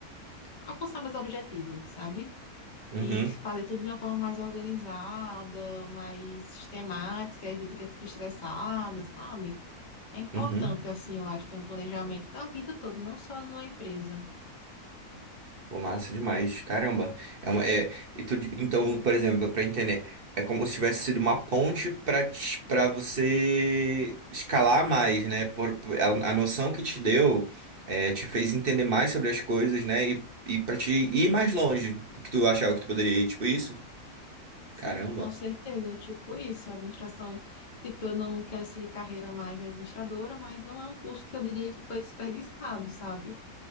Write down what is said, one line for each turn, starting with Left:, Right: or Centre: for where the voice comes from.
Left: alcançar meus objetivos, sabe?
Right: Uhum,
Left: E fazer tudo de uma forma mais organizada, mais sistemática, evita que eu fique estressada, sabe? É importante,
Right: uhum.
Left: assim, eu acho, ter um planejamento da vida toda, não só numa empresa.
Right: Pô, massa demais. Caramba. É uma, é, e tu- então, por exemplo, para entender, é como se tivesse sido uma ponte para para você escalar mais, né? Por, por- a, a noção que te deu é, te fez entender mais sobre as coisas, né? E, e para te ir mais longe do que tu achava que tu poderia ir, tipo isso?
Left: Sim,
Right: Caramba.
Left: com certeza, é tipo isso, a administração, tipo, eu não quero seguir carreira mais de administradora, mas não é um curso que eu diria que foi desperdiçado, sabe?